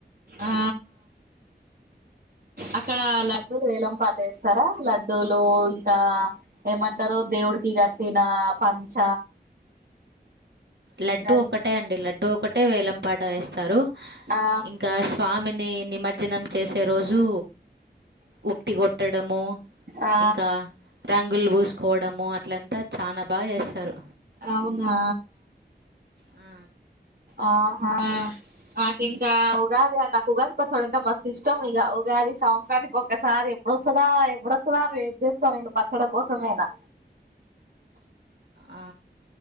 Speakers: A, on the right (about 55°); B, on the right (about 75°).
A: ఆ అక్కడ ల వేలం పాటేస్తారా లడ్డూలు ఇంకా ఏమంటారు దేవుడి ఇరటిిన పంచ
B: లడ్డుూ
A: గల్స్
B: ఒకటే అండి లడ్డుూ ఒకటే వేలంపాటి వేస్తారు
A: ఆ
B: ఇంకా స్వామిని నిమజ్జనం చేసే రోజు ఉట్టి కొట్టడము
A: ఆ
B: ఇంకా రంగ గులు పూసుకోవడము అట్లంతా చాలా బాగా చేస్తారు
A: అవునా
B: ఆ
A: ఆహా ఆక ఇంకా ఉగాద నాకు ఉగంత పడంత మస్ ఇష్టం ఇ ఉ అది సంవత్సరానికి ఒకక్కసారి ఎప్పుడుొస్తుందా ఎప్పుడుొస్తుందా వెయిట్ చేస్తాను నేను పచ్చడి కోసమేనా
B: ఆ